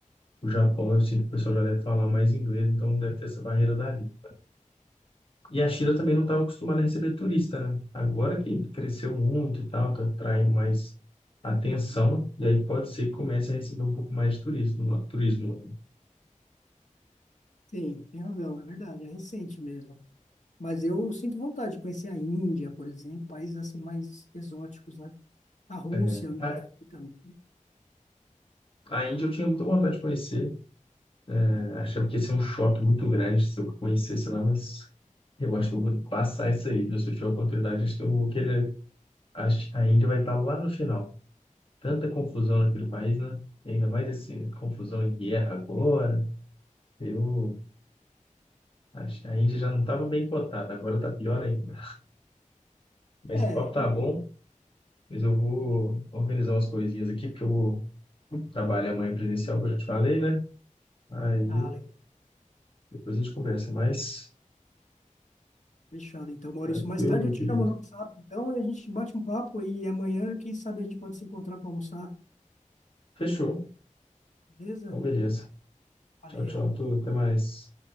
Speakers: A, on the left (about 40°); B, on the left (about 65°).
A: O Japão, eu sinto que o pessoal já deve falar mais inglês, então não deve ter essa barreira da língua. E a China também não estava acostumada a receber turista, né? Agora que cresceu muito e tal, está atraindo mais atenção, e aí pode ser que comece a receber um pouco mais de turismo, lá- turismo.
B: sim, tem razão, é verdade, é recente mesmo. Mas eu sinto vontade de conhecer a Índia, por exemplo, países assim mais exóticos, né? A Rússia
A: É,
B: eu nunca
A: a,
B: fui também.
A: a Índia eu tinha muita vontade de conhecer, é, achava que ia ser um choque muito grande se eu conhecesse lá, mas eu acho que eu vou passar isso aí, viu? Se eu tiver a oportunidade, acho que eu vou querer. acho que A Índia vai estar lá no final. tanta confusão naquele país, né? E ainda mais essa confusão em guerra agora. Eu acho, a Índia já não estava bem cotada, agora tá pior ainda. Mas
B: É,
A: o papo tá
B: eu
A: bom, mas eu vou
B: entendi.
A: organizar umas coisinhas aqui, porque eu vou trabalhar amanhã presencial, que eu já te falei, né? Aí
B: Ah, legal.
A: depois a gente conversa mais.
B: Fechado, então, Maurício.
A: Tranquilo,
B: Mais tarde
A: meu
B: eu
A: querido.
B: te chamo no WhatsApp, então, e a gente bate um papo e amanhã, quem sabe, a gente pode se encontrar para almoçar.
A: Fechou.
B: Beleza?
A: Então, beleza.
B: Valeu.
A: Tchau, tchau, tudo. Até mais.